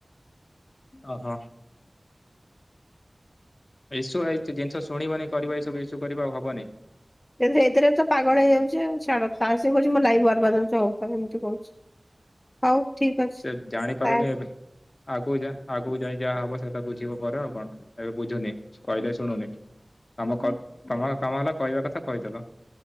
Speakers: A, on the left; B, on the left.
A: ଓ ହୋ। ଇସୁ ଆଇ ଜିନିଷ ଶୁଣିବନି କରିବ ଏଇ ସବୁ ଇସୁ କରିବ ଆଉ ହବନି।
B: ସେଥିରେ ତ ପାଗଳ ହେଇଯାଉଛି ଛାଡ ତାରସେ ଲାଇଭବା ଯାଉଛି ହଉ ଏମତି କହୁଛି ହଉ। ଠିକ
A: ସେ ଜାଣି
B: ଅଛି
A: ପାରୁନି ଏବେ ଆଗକୁ ଯା ଆଗକୁ ଯାଇ ଯାହା ହବ ସେଟା ବୁଝିବ ପରେ ଆଉ କଣ ଏବେ ବୁଝୁନି? କହିଲେ ଶୁଣୁନି ତମ ତମ କାମ ହେଲା କହିବା କଥା କହିଦେଲ।